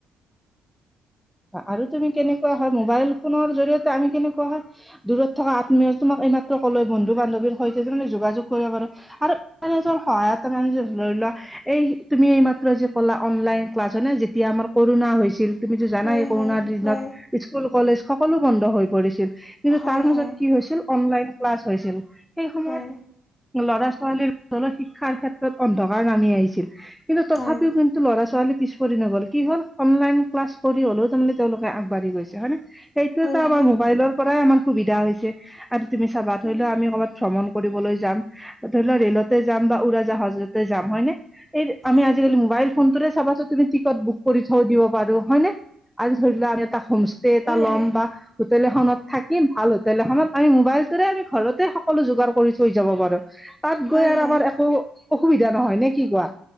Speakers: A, in the centre; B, on the left.
A: আৰু তুমি কেনেকুৱা হয়? মোবাইল ফোনৰ জৰিয়তে আমি কেনেকুৱা হয় দূৰত থকা আত্মীয় তোমাক এইমাত্ৰ কলে বন্ধু-বান্ধৱীৰ সৈতে তাৰমানে যোগাযোগ কৰিব পাৰোঁ। আৰু ইণ্টাৰনেটৰ সহায়ত <unintelligible> ধৰি লোৱা এই তুমি এই মাত্ৰ যে কলা অনলাইন ক্লাছ হয় নে? যেতিয়া আমাৰ কৰোণা হৈছিল, তুমিতো জানাই
B: হয়
A: কৰোণাৰ
B: হয়
A: দিনত
B: হয়
A: স্কুল-কলেজ সকলো বন্ধ হৈ পৰিছিল, কিন্তু
B: হয়
A: তাৰ মাজত
B: হয়
A: কি হৈছিল অনলাইন ক্লাছ হৈছিল। সেই সময়ত
B: হয়
A: ল'ৰা-ছোৱালীৰ শিক্ষাৰ ক্ষেত্ৰত অন্ধকাৰ নামি আহিছিল। কিন্তু তথাপিও
B: হয়
A: কিন্তু ল'ৰা-ছোৱালী পিছ পৰি নগ'ল, কি হ'ল অনলাইন ক্লাছ কৰি হলেও তাৰমানে তেওঁলোকে আগবাঢ়ি গৈছে হয় নে? সেইটোতো
B: হয়
A: আমাৰ
B: হয়
A: মোবাইলৰ পৰাই আমাৰ সুবিধা হৈছে আৰু তুমি চাবা
B: উম,
A: ধৰি লোৱা আমি কৰবাত ভ্ৰমণ কৰিবলৈ যাম, ধৰি লোৱা ৰেলতে যাম বা উৰাজাহাজতে যাম, হয়নে? এই আমি
B: হয়
A: আজিকালি মোবাইল ফোনটোৰে চাবাচো তুমি টিকট বুক কৰি থৈ দিব পাৰোঁ। হয়নে? আজি ধৰি লোৱা আমি এটা হোমষ্টে এটা লম
B: হয়
A: বা হোটেল এখনত থাকিম ভাল হোটেল এখনত। আমি মোবাইলটোৰে আমি ঘৰতে সকলো যোগাৰ কৰি থৈ যাব পাৰোঁ। তাত
B: হয়
A: গৈ আৰু
B: হয়
A: আমাৰ
B: হয়
A: একো অসুবিধা নহয় নে? কি কোৱা?